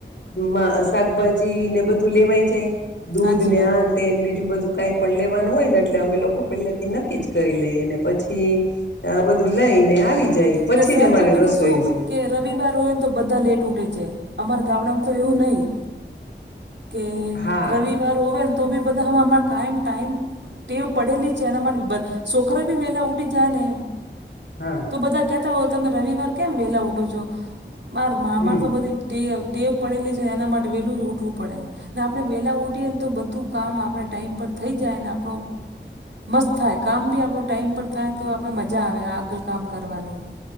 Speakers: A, on the left (about 75°); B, on the right (about 75°).
A: મા શાકભાજી ને બધું લેવાય જાય દૂધ
B: હાચી
A: ને
B: વાત.
A: આ તે બીજું બધું કાંઈ પણ લેવાનું હોય ને એટલે અમે લોકો પહેલાથી નક્કી જ કરી લઈએ ને પછી બધું લઈને આવી જઈએ પછી
B: ન શહેર
A: જ અમારે
B: મે ક
A: રસોઈ
B: તો શું
A: હોય
B: કે રવિવાર હોયને તો બધા લેટ ઉઠે છે અમાર ગામડામાં તો એવું નહી કે
A: હા
B: રવિવાર હોવે ને તો બી બધા હવામા કાયમ ટાઈમ ટેવ પડેલી છે એના માટે છોકરા બી વહેલા ઉઠી જાય ને
A: હા
B: તો બધા કહેતા હોય તમે રવિવાર કેમ વહેલા ઉઠો છો માર મામા
A: હમ
B: તો બધી ટેવ ટેવ પડેલી છેને એના માટે વેલું ઉઠવું પડે ને આપણે વેલા ઉઠીએને તો બધું કામ આપણે ટાઈમ પર થઈ જાયને આપણો મસ્ત થાય કામ બી આપણો ટાઈમ પર થાય તો આપણે મજા આવે આ આગળ કામ કરવાની